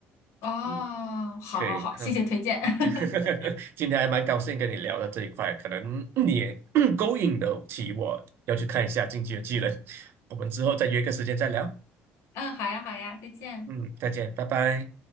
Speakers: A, on the left; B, on the right.
A: 哦，
B: 嗯，
A: 好好好，
B: 可以，哈，
A: 谢谢推荐。<laughs>
B: <laughs> 今天还蛮高兴跟你聊到这一块，可能你也 <coughs> <clears throat> 勾引得起我要去看一下《进击的技能。我们之后再约个时间再聊。
A: 嗯，好呀，好呀，再见。
B: 嗯，再见，拜拜。